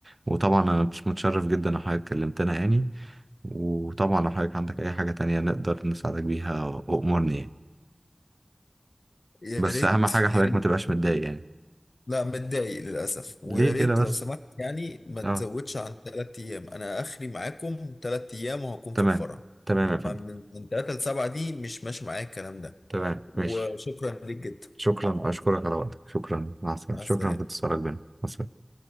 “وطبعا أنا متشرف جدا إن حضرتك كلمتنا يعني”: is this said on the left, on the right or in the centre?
Right